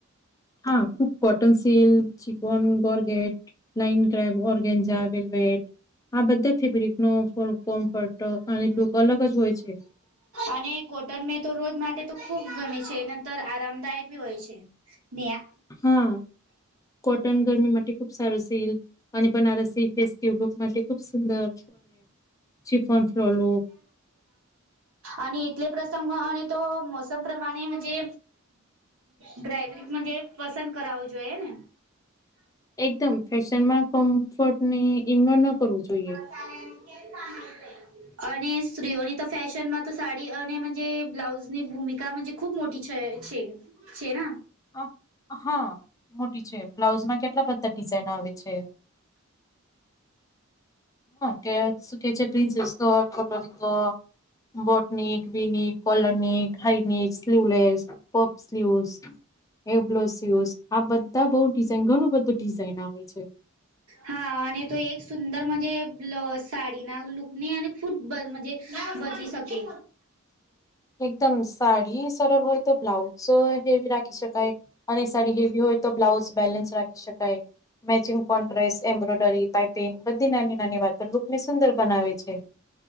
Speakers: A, on the left (about 15°); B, on the right (about 80°).
A: હા ખુબ કોટન સીલ્ક, ચિકન, ગોર્ગેટ નાઈન ક્રેબ, ઓરગેંજા, વેલ્વેટ આ બધા ફેબ્રિક નો કોમ્ફર્ટો અને લુક અલગ જ હોય છે.
B: અને કોટન મે તો રોજ માટે તો ખુબ ગમે છે નંતર આરામદાયક બી હોય છે. મેં
A: હા કોટન ગરમી માટે ખૂબ સારું સીલ્ક અને બનારસી ફેસ્ટિવ લુક માટે ખૂબ સુંદર. ચિફોન ફ્લોર લુક
B: અને એટલે પ્રસંગ અને તો મોસમ પ્રમાણે મ જે ડ્રાઈવરીંગ પસંદ કરાવવું જોઈએ ને?
A: એકદમ ફેશનમાં કમ્ફર્ટને ઇગ્નોર ન કરવું જોઈએ.
B: <inaudible> અને સ્ત્રીઓની તો ફેશનમાં તો, સાડી અને મ જે બ્લાઉઝ ની ભૂમિકા ખૂબ મોટી છે છે છેના?
A: હ હા મોટી છે બ્લાઉઝમાં કેટલા બધા ડિઝાઇન આવે છે. કે શું કે છે પ્રિન્સેસ કટ, કટોરી cut boat neck, V neck, collar neck, high neck sleeveless, puff sleeves એ બ્લો સુસ, આ બધા બઉ ડિઝઇન ઘણું બધું ડિઝાઇન આવે છે.
B: હા અને તો એક સુંદર મજે સાડીના લુક ને અને ખુબ બ મ જે બદલી શકે.
A: એકદમ સાડી સરળ હોય તો બ્લાઉઝ હેવી રાખી શકાય. અને સાડી હેવી હોય તો બ્લાઉઝ બેલેન્સ રાખી શકાય. મેચિંગ કોન્ટ્રેસ એમ્બ્રોઇડરી પાઇપિંગ બધી નાની નાની વાતો લુક ને સુંદર બનાવે છે.